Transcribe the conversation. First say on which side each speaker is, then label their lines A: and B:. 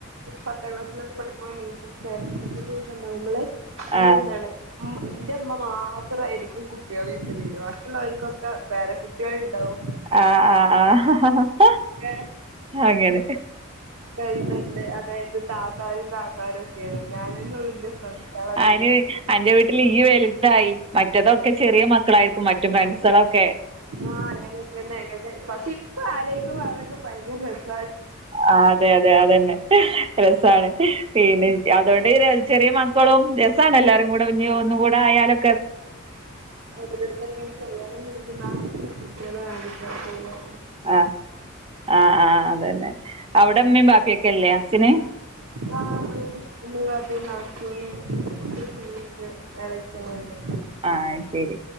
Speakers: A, on the right; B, on the right.
A: പത്താം ക്ലാസ്സിലൊക്കെ പഠിക്കുമ്പോ മീറ്റിംഗ് ഒക്കെ ഉണ്ടാവുമ്പള് നി
B: ആ
A: എന്താണ് ഉം ന്റെമ്മ മാത്രായിരിക്കും ക്കും കുട്ട്യാളേറ്റ് വരാ ബാക്കിയുള്ളോര്കൊക്കേ പേര കുട്ട്യാൾ ഉണ്ടാവും
B: ആ ആ ആ
A: ഒക്കെ
B: അങ്ങനെ
A: കഴുന്നുണ്ട് അതായത് താത്താരും കാക്കാരും ഒക്കെയാണ് ഞാനന്നെ ഉള്ളു എന്റെ ഫ്രണ്ട്സോള് അതില്
B: അയ്ന് അന്റെ വീട്ടില് ഇയ്യ് വേല തായി മറ്റേ റ്റേതൊക്കെ ചെറിയ മക്കളായിരിക്കും മറ്റും ഫ്രൻസ് സാളൊക്കെ
A: ആഹ് അങ്ങനെ അങ്ങനെ അങ്ങനെ ങ് പക്ഷേ പ്പ ആലോയ്ക്കുമ്പോ അതൊക്കേ ഭയങ്കര രസാ
B: ആ അതെ അതെ അതന്നെ രസാണ് പിന്നെ അതുകൊണ്ട് ങ്ങനെ ചെറിയമ ക്കളും രസാണ് എല്ലാരും കൂടെ ഞ്ഞി ഒ ഒന്നും കൂടെ ആയാലൊ
A: ആ അവരടുത് കല്ല്യാണം കഴിഞ്ഞ് നാല് കൂട്ട്യാള് ആൺ കുട്ട്യാളൊക്കെല്ല്യേ
B: ആ ആ ആ അതന്നെ അവിടെ മ്മിം ബാപ്പിയൊക്കെല്ലേ അസിന്
A: ആ ഉണ്ട് ഉമ്മിം ബാപ്പിം നാത്തൂന് മൂത്തച്ചി <unintelligible> എളച്ചനുണ്ട്
B: ആ അയ്ശരി